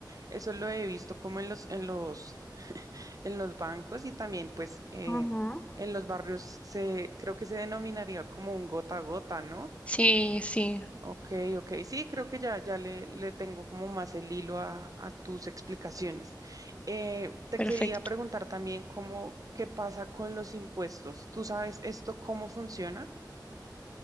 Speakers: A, on the right; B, on the left.
A: eso lo he visto como en los, en los en los bancos y también pues eh,
B: Ujú.
A: en los barrios se, creo que se denominaría como un gota a gota, ¿no?
B: Sí, sí,
A: Ok, ok, sí, creo que ya, ya le, le tengo como más el hilo a, a tus explicaciones. Eh, te
B: perfecto.
A: quería preguntar también cómo, qué pasa con los impuestos. ¿Tú sabes esto cómo funciona?